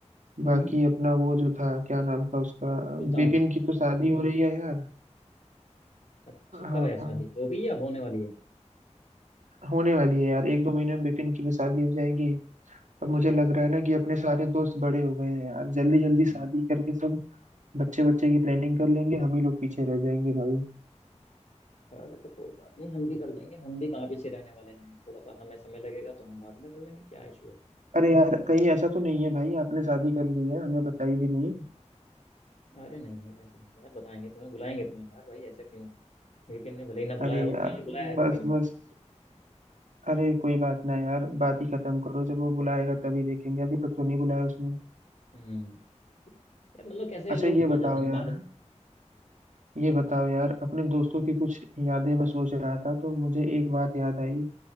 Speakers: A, on the left (about 65°); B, on the right (about 85°).
A: हम्म
B: बाकी अपना वो जो था क्या नाम था उसका
A: सुल्तान
B: विपिन की तो शादी हो रही है यार
A: अच्छा
B: हाँ
A: कब है शादी
B: हाँ,
A: हो गई या होने वाली है
B: होने वाली है यार एक दो महीने में विपिन की भी शादी हो जाएगी
A: अच्छा
B: अब मुझे लग रहा है ना कि अपने सारे दोस्त बड़े हो गए हैं यार जल्दी जल्दी
A: हम्म
B: शादी करके सब बच्चे बच्चे की प्लानिंग कर लेंगे हम ही लोग पीछे रह जाएंगे भाई
A: अरे तो कोई बात नहीं हम भी कर लेंगे हम भी कहाँ पीछे रहने वाले हैं थोड़ा सा हमें समय लगेगा तो हम बाद में कर लेंगे क्या इशू है इसमें
B: अरे यार कहीं ऐसा तो नहीं है भाई आपने शादी कर ली है हमें बताई भी नहीं
A: अरे नहीं नहीं ऐसा नहीं है यार बताएंगे तुम्हें बुलाएंगे तुम्हें यार भाई ऐसा क्यों है विपिन ने भले ही ना बुलाया
B: अरे
A: हो तुम्हें
B: यार
A: ये बुलाया है
B: बस
A: विपिन ने
B: बस अरे कोई बात ना यार बात ही खत्म करो जब वो बुलाएगा तभी देखेंगे अभी तक तो नहीं बुलाया उसने
A: हम्म यार मतलब कैसे
B: अच्छा
A: इन लोग
B: ये
A: भूल
B: बताओ
A: जाते हैं ना
B: यार
A: बाद में
B: ये बताओ यार अपने दोस्तों की कुछ यादें मैं सोच रहा था तो मुझे एक बात याद आई